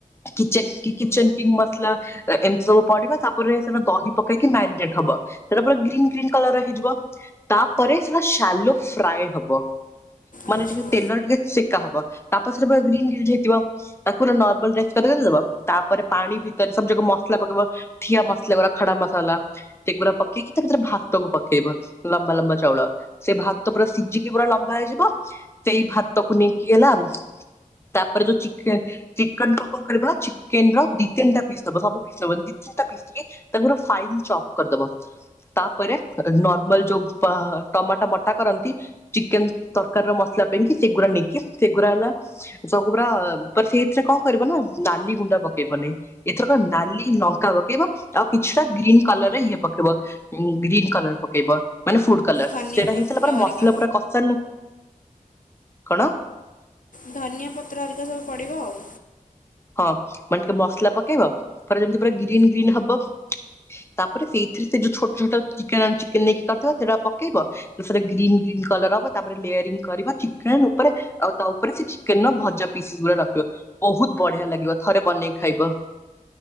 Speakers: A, on the left; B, on the left.
A: କିଚନ କି କିଚନ କିଙ୍ଗ ମସଲା। ଏ ଏମିତି ସବୁ ପଡିବା ତାପରେ ସେଟା ଦହି ପକେଇକି ମ୍ୟାରିନେଟ୍ ହବ। ତାପରେ ଗ୍ରୀନ୍ ଗ୍ରୀନ୍ କଲରର ହେଇଯିବ। ତାପରେ ସେଟା ସାଲୋ ଫ୍ରାଏ ହବ। ମାନେ
B: ଆଚ୍ଛା।
A: ଟିକେ ତେଲ ଟିକେ ସେକା ହବ ତା ପରେ ସେଟା ପୁରା ଗ୍ରୀନ୍ ଗ୍ରୀନ୍ ହେଇଥିବ। ତାକୁ ପୁରା ନର୍ମାଲ ଦେଇଦବ ତାପରେ ପାଣି ଭିତରେ ସବୁ ଯାକ ମସଲା ପକେଇବ। ଠିଆ ମସଲା ଗୁରା ଖଡ଼ା ମସଲା। ଏଗୁରା ପକେଇକି ତା ଭିତରେ ଭାତକୁ ପକେଇବ ଲମ୍ବା ଲମ୍ବା ଚାଉଳ। ସେ ଭାତ ପୁରା ସିଝିକି ପୁରା ଲମ୍ବା ହେଇଯିବ ସେଇ ଭାତ କୁ ନେଇକି ହେଲା ତାପରେ ଯୋଉ ଚିକେନ୍ ଚିକେନ କୁ କଣ କରିବା ନା ଚିକେନ ର ଦି ତିନିଟା ପିସ୍ ଦବ ସବୁ ପିସ ଦବନି ଦି ତିନିଟା ପିସ୍ ଟେ ତାକୁ ପୁରା ଫାଇନ୍ ଚପ୍ କରିଦବ। ତାପରେ ଆ କ ନର୍ମାଲ ଯୋଉ ପା ଅ ଟମାଟୋ ବଟା କରନ୍ତି। ଚିକେନ ତରକାରୀ ର ମସଲା ପାଇଁକି ସେଗୁଡା ନେଇକି ସେଗୁଡା ହେଲା ସବୁ ପୁରା ଆ ପ ସେଥିରେ କଣ କରିବ ନା ନାଲି ଗୁଣ୍ଡା ପକେଇବନି। ଏଥରକ ନାଲି ଲଙ୍କା ପକେଇବା ଆଉ କିଛିଟା ଗ୍ରୀନ କଲର ରେ ଇଏ ପକେଇବ। ଉଁ ଗ୍ରୀନ୍ କଲର ପକେଇବ ମାନେ ଫୁଡ କଲର
B: ଧନିଆ
A: ସେଇଟା
B: ପତ୍ର
A: ହେଇ ସାରିଲା ପରେ
B: ହରିକା
A: ମସଲା ପୁରା କସାରିଲା ପ କଣ?
B: ଧନିଆ ପତ୍ର ହରିକା ସବୁ ପଡ଼ିବ ଆଉ।
A: ହଁ ମାନେ ଟିକେ ମସଲା ପକେଇବ ପୁରା ଯେମିତି ପୁରା ଗ୍ରୀନ୍ ଗ୍ରୀନ୍ ହବ। ତାପରେ ସେଇଥିରେ ସେ ଯୋଉ ଛୋଟ ଛୋଟ ଚିକେନ ଚିକେନ ନେଇକି କରିଥିବା ସେଇଟା ପକେଇବ। ସେଟ ଗ୍ରୀନ୍ ଗ୍ରୀନ୍ କଲର ହବ ତାପରେ ଲେୟରିଙ୍ଗ କରିବା ଚିକେନ ଉପରେ ଆଉ ତା ଉପରେ ସେ ଚିକେନ ର ଭଜା ପିସ୍ ଗୁଡା ରଖିବ ବହୁତ ବଢିଆ ଲାଗିବ ଥରେ ବନେଇକି ଖାଇବ।